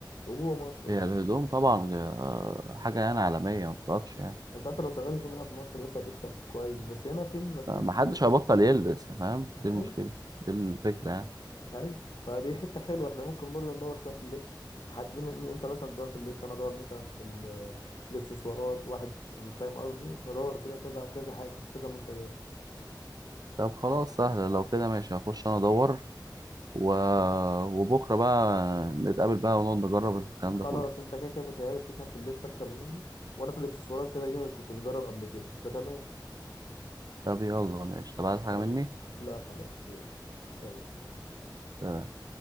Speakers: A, on the left; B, on the right.
A: وجوه مصر
B: هي
A: برضو
B: الهدوم طبعا آه، حاجة يعني عالمية ما بتقفش يعني
A: انت اصلا لو شغال هدوم هنا في مصر بس هتكسب كويس بس هنا في منافسين
B: محدش
A: كتير
B: هيبطل يلبس يا فاهم
A: اي
B: دي المشكلة دي الفكرة يعني
A: اي فدي حته حلوه احنا ممكن برضه ندور شويه في اللبس حد من انت مثلا تدور في اللبس انا ادور مثلا في ال... في الاكسسوارات واحد فاهم قصدي ندور كده كذا كذا حاجه كذا منتجات
B: طب خلاص سهلة لو كده ماشي هخش أنا أدور و... وبكرة بقى نتقابل بقى ونقعد نجرب الكلام
A: خلاص
B: ده كله
A: انت كده كده بتهيألي بتفهم في اللبس اكتر مني وانا في الاكسسوارات كده كده كنت مجرب قبل كده فتمام
B: طب يلا ماشي طب عايز حاجة
A: ماشي
B: مني؟
A: لا خلاص يلا سلام
B: سلام.